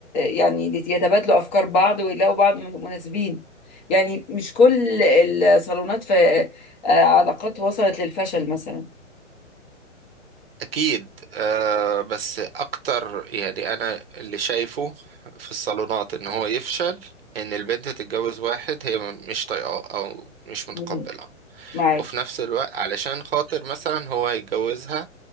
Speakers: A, on the left (about 35°); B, on the right (about 50°).
A: يعني يتبادلوا افكار بعض ويلاقوا بعض من- مناسبين يعني مش كل الصالونات في آه علاقات وصلت للفشل مثلا
B: أكيد أه بس أكتر يعني أنا اللي شايفه في الصالونات إن هو يفشل إن البنت تتجوز واحد هي م- مش طايقاه أو مش متقبلة
A: مم. معاك
B: وفي نفس الوقت علشان خاطر مثلا هو هيتجوزها